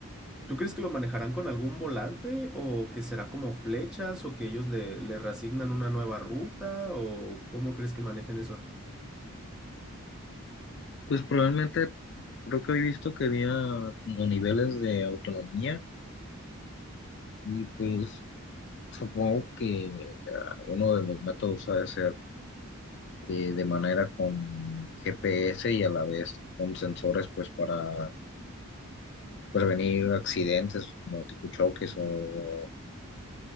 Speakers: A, in the centre; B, on the left.
A: ¿Tú crees que lo manejarán con algún volante o que será como flechas o que ellos le, le reasignan una nueva ruta o cómo crees que manejen eso?
B: Pues probablemente creo que he visto que había como niveles de autonomía y pues supongo que ah, uno de los métodos ha de ser eh, de manera con GPS y a la vez con sensores pues para prevenir accidentes como tipo choques o